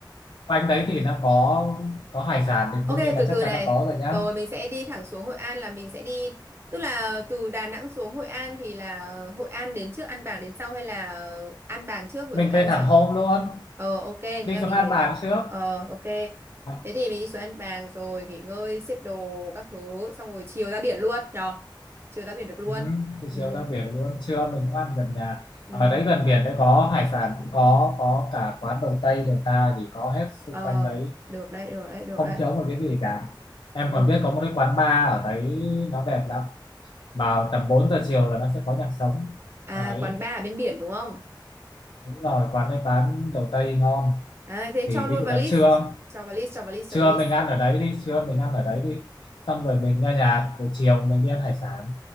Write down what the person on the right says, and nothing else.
Ok,
từ
từ
này.
Rồi mình sẽ đi thẳng xuống Hội An là mình sẽ đi tức là từ Đà Nẵng xuống Hội An thì là Hội An đến trước An Bàng đến sau hay là An Bàng trước rồi
Hội An
sau
nhỉ?
Ờ ok, thế
là
mình
về
thẳng.
Ờ ok.
Thế thì mình đi xuống An Bàng rồi nghỉ ngơi, xếp đồ các thứ xong rồi chiều ra biển luôn nhờ. Chiều ra biển được luôn.
Ừ.
Ừ.
Ờ
được đấy, được đấy, được
đấy.
Ừ.
À
quán bar ở bên biển đúng không?
À, thế
cho luôn
vào
list.
Cho vào list, cho vào list,
cho vào list.